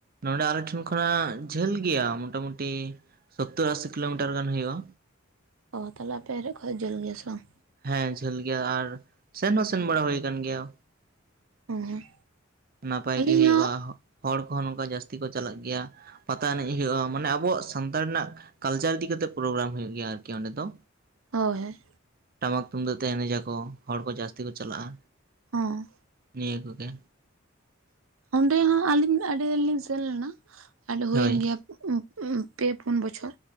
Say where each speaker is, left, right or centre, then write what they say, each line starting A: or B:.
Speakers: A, on the right; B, on the right.
A: ᱱᱚᱸᱰᱮ ᱟᱞᱮᱴᱷᱮᱱ ᱠᱷᱚᱱᱟᱜ ᱡᱷᱟᱹᱞ ᱜᱮᱭᱟ ᱢᱚᱴᱟᱢᱩᱴᱤ ᱥᱳᱛᱛᱳᱨ ᱟᱥᱤ ᱠᱤᱞᱳᱢᱤᱴᱟᱨ ᱜᱟᱱ ᱦᱳᱭᱳᱼᱟ᱾
B: ᱚ ᱛᱟᱦᱞᱮ ᱟᱯᱮ ᱦᱟᱨᱤᱡ ᱠᱷᱚᱡ ᱡᱷᱟᱹᱞ ᱜᱮᱭᱟ ᱥᱮ ᱵᱟᱝ?
A: ᱦᱮᱸ ᱡᱷᱟᱹᱞ ᱜᱮᱭᱟ ᱟᱨ ᱥᱮᱱ ᱦᱚᱸ ᱥᱮᱱ ᱵᱟᱲᱟ ᱦᱩᱭ ᱠᱟᱱ ᱜᱮᱭᱟ
B: ᱦᱩᱸ ᱦᱩᱸ
A: ᱱᱟᱯᱟᱭ
B: ᱟᱹᱞᱤᱧ
A: ᱜᱮ ᱦᱩᱭᱩᱜᱼᱟ ᱦᱚᱲ ᱠᱚᱦᱚᱸ ᱱᱚᱝᱠᱟ ᱡᱟᱹᱥᱛᱤ ᱠᱚ ᱪᱟᱞᱟᱜ ᱜᱮᱭᱟ ᱯᱟᱛᱟ ᱮᱱᱮᱡ ᱦᱩᱭᱩᱜᱼᱟ ᱢᱟᱱᱮ ᱟᱵᱚᱣᱟᱜ ᱥᱟᱱᱛᱟᱲ ᱨᱮᱱᱟᱜ ᱠᱟᱞᱪᱟᱨ ᱤᱫᱤ ᱠᱟᱛᱮᱜ ᱯᱨᱳᱜᱨᱟᱢ ᱦᱩᱭᱩᱜ ᱜᱮᱭᱟ ᱟᱨᱠᱤ ᱚᱸᱰᱮ ᱫᱚ
B: ᱦᱳᱭ ᱦᱳᱭ
A: ᱴᱟᱢᱟᱠ ᱛᱩᱢᱫᱟᱹᱜ ᱛᱮ ᱮᱱᱮᱡᱟᱠᱚ ᱦᱚᱲ ᱠᱚ ᱡᱟᱹᱥᱛᱤ ᱠᱚ ᱪᱟᱞᱟᱜᱼᱟ,
B: ᱦᱚᱸ
A: ᱱᱤᱭᱟᱹ ᱠᱚᱜᱮ
B: ᱚᱸᱰᱮ ᱦᱚᱸ ᱟᱹᱞᱤᱧ ᱟᱹᱰᱤ ᱫᱤᱱ ᱞᱤᱧ ᱥᱮᱱ ᱞᱮᱱᱟ ᱟᱹᱰᱚ ᱦᱩᱭᱮᱱ
A: ᱦᱳᱭ
B: ᱜᱮᱭᱟ ᱯᱮ ᱯᱩᱱ ᱵᱚᱪᱷᱚᱨ